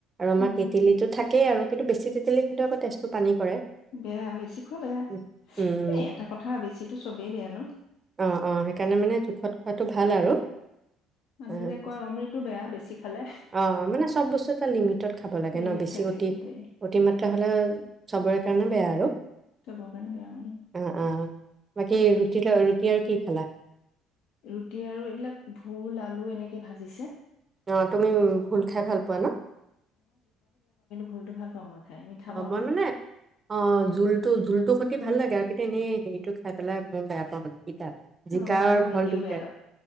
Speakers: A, on the right (about 20°); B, on the left (about 65°).
A: আমৰ
B: উম,
A: কিটিলিতো
B: উম,
A: থাক এক আৰু কিন্তু বেছি তেতিল খে আকৌ তেজটো পানী। কৰে
B: বেয়া বেছি খোৱা বেয়া
A: উম উম
B: এই এটা কথা বেছিো চবেই বেয়া নো।
A: অ', অ', সেইকাৰণে মানে জোখত খোৱাটো ভাল আৰু
B: মানুহে
A: আ,
B: যে
A: তাৰপিছত
B: কয় অমৃততটো বেয়া বেছি খালে
A: অ', অ', মানে চব বস্তু এটা লিমিটত খাব লাগে
B: লিমিট
A: ন বেছি
B: থাকে
A: অতি
B: সেইটোৱে
A: অতি তি হলে চবৰে কাৰণে বেয়া আৰু
B: <inaudible>
A: অ', অ'। বাকী ৰুট ৰুটি আৰু কি খালা?
B: ৰুটি আৰু এইবিলাক ভোল আলু এনেকে ভাজিছে।
A: আহ তুমি ভুল খাই ভাল পোৱা না?
B: ভুলটো ভাল পওঁ মই। খাই মিঠা
A: অ,
B: পাওঁ
A: মই
B: যে
A: মানে অ', জোলটো জোলটোৰ সতি ভাল লাগে। এনেই হেৰিটো খাই পেলাই মই বেয়া পাওঁ মানে শিতা। জিকা
B: অ আমাৰ
A: আৰু
B: ভাইটিয়েও
A: ভল দুটাৰ
B: বেয়া পায়